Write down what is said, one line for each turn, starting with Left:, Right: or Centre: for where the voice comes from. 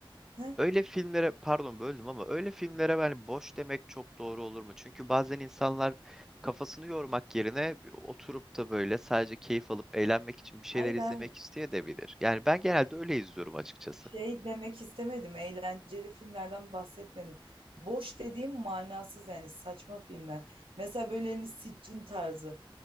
Right: Heh.
Centre: öyle filmlere, pardon böldüm ama öyle filmlere ben boş demek çok doğru olur mu? Çünkü bazen insanlar kafasını yormak yerine oturup da böyle sadece keyif alıp eğlenmek için bir şeyler
Right: Hayır
Centre: izlemek
Right: hayır.
Centre: isteyebilir. Yani ben genelde öyle izliyorum açıkçası.
Right: Şey demek istemedim. Eğlenceli filmlerden bahsetmedim. Boş dediğim manasız yani saçma filmler. Mesela böyle hani Siccin tarzı.